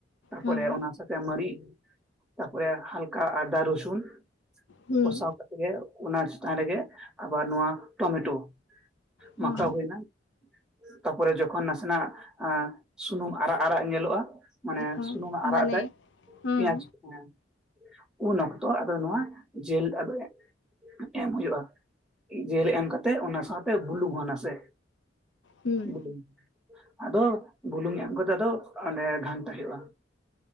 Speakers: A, in the centre; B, on the left.
A: ᱛᱟᱯᱚᱨᱮ
B: ᱦᱩᱸ
A: ᱚᱱᱟ ᱥᱟᱶ ᱛᱮ ᱢᱟᱹᱨᱤᱪ ᱛᱟᱯᱚᱨᱮ ᱦᱟᱞᱠᱟ ᱟᱫᱟ, ᱨᱩᱥᱩᱱ
B: ᱦᱩᱸ
A: ᱠᱚᱥᱟᱣ ᱠᱟᱛᱮᱜ ᱜᱮ ᱚᱱᱟ ᱪᱮᱛᱟᱱ ᱨᱮᱜᱮ ᱟᱵᱟᱨ ᱱᱚᱣᱟ ᱴᱚᱢᱮᱴᱳ
B: ᱦᱩᱸ
A: ᱢᱟᱠᱷᱟᱣ ᱦᱩᱭᱱᱟ ᱛᱟᱯᱚᱨᱮ ᱡᱚᱠᱷᱚᱱ ᱱᱟᱥᱮᱱᱟᱜ ᱟᱸ ᱥᱩᱱᱩᱢ ᱟᱨᱟᱜ ᱟᱨᱟᱜ ᱧᱮᱞᱚᱜᱼᱟ, ᱢᱟᱱᱮ
B: ᱦᱩᱸ
A: ᱥᱩᱱᱩᱢ ᱮ ᱟᱨᱟᱜ
B: ᱢᱟᱱᱮ
A: ᱫᱟᱭ
B: ᱦᱩᱸ
A: ᱯᱮᱸᱭᱟᱪ ᱦᱮᱸ ᱩᱱ ᱚᱠᱛᱚ ᱟᱫᱚ ᱱᱚᱣᱟ ᱡᱮᱞ ᱟᱫᱚ ᱮᱢ ᱦᱩᱭᱩᱜᱼᱟ ᱡᱤᱞ ᱮᱢ ᱠᱟᱛᱮᱜ ᱚᱱᱟ ᱥᱟᱶᱛᱮ ᱵᱩᱞᱩᱝ ᱦᱚᱸ ᱱᱟᱥᱮ
B: ᱦᱩᱸ
A: ᱵᱩᱞᱩᱝ ᱟᱫᱚ ᱵᱩᱞᱩᱝ ᱮᱢ ᱠᱟᱛᱮ ᱟᱫᱚ ᱚᱸᱱᱰᱮ ᱜᱷᱟᱱᱴᱟ ᱦᱩᱭᱩᱜᱼᱟ᱾